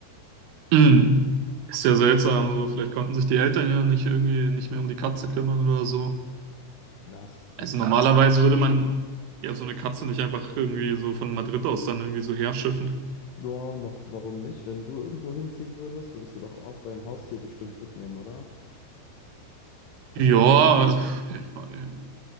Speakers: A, on the right (about 80°); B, on the left (about 75°).
A: mm. Ist ja seltsam, so. Vielleicht konnten sich die Eltern ja nicht irgendwie nicht mehr um die Katze kümmern oder so.
B: Ja, es
A: Also
B: ist bestimmt
A: Gar nicht. normalerweise
B: auch.
A: komisch. würde man ja so eine Katze nicht einfach irgendwie so von Madrid aus dann irgendwie so herschiffen.
B: Ja, noch, warum nicht? Wenn du irgendwo hinziehen würdest, würdest du doch auch dein Haustier bestimmt mitnehmen, oder? Also
A: Ja,
B: wenn es deins
A: Also,
B: ist.
A: äh,